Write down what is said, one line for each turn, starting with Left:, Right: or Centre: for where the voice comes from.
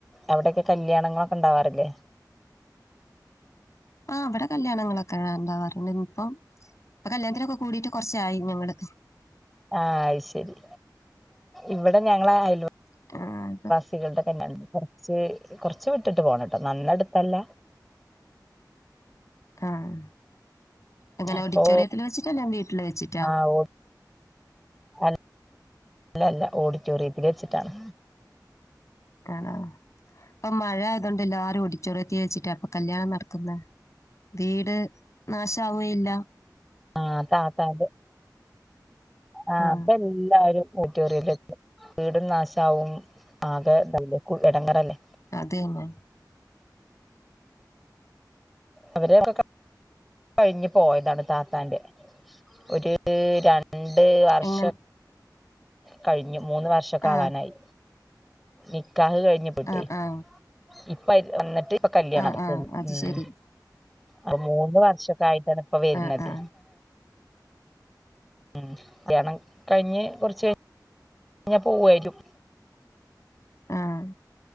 Centre: അവിടക്കെ കല്യാണങ്ങളൊക്കെണ്ടാവാറില്ലേ?
Left: ആ ഇവടെ കല്യാണങ്ങളൊക്കെണ്ടാവാറുണ്ട് ഇപ്പം ഇപ്പ കല്യാണത്തിനൊക്കെ കൂടിട്ട് കൊറച്ചായി ഞങ്ങള്
Centre: ആഹ് അയ് ശെരി ഇവടെ ഞങ്ങള അയ്
Left: <unintelligible>
Centre: കുട്ടികൾടെ <unintelligible> കൊറച്ച് കൊറച്ച് വിട്ടിട്ട് പോണംട്ടോ നന്നടുത്തല്ല
Left: ആഹ് എങ്ങനെ
Centre: അപ്പൊ
Left: ഓഡിറ്റോറിയത്തില് വെച്ചിട്ടാ അല്ലേ വീട്ടില് വെച്ചിട്ടാ
Centre: ആഹ് ഓ അല്ല അല്ല ഓഡിറ്റോറിയത്തില് വെച്ചിട്ടാണ്
Left: ആണോ ഇപ്പം മഴ ആയതോണ്ടല്ലരും ഓടിറ്റോറിയത്തി വെച്ചിട്ടാ ഇപ്പ കല്യാണം നടക്കുന്നെ വീട് നാശവേ ഇല്ല
Centre: ആഹ് താത്താണ്ട് ആഹ്
Left: ആ
Centre: അപ്പേല്ലാരും ഓഡിറ്റോറിയലെ വീടും നാശാവും ആകെ <unintelligible> ഇടങ്ങേറല്ലേ
Left: അതേന്നെ
Centre: അവരൊ <unintelligible> കഴിഞ്ഞ് പോയതാണ് താത്താന്റെ ഒര് രണ്ട് ണ്ട് വർഷം
Left: എങ്ങനെ
Centre: കഴിഞ്ഞു മൂന്ന് വർഷക്കാവാനായി
Left: ആ
Centre: നിക്കാഹ് കഴിഞ്ഞു <unintelligible>
Left: ആ ആ
Centre: ഇപ്പ ന്നിട്ട് ഇപ്പോ കല്യാണ
Left: ആ
Centre: നടത്ത്ന്ന്
Left: ആ അത്
Centre: ഉം
Left: ശരി
Centre: ആഹ് മൂന്ന് വർഷക്കയിട്ടാണ് ഇപ്പ വെര്ന്നത്
Left: ആ ആ
Centre: ഉം ല്ല്യണം കഴിഞ്ഞ് കൊറച്ച് ക ഞാ പോവാരിക്കും
Left: ആഹ്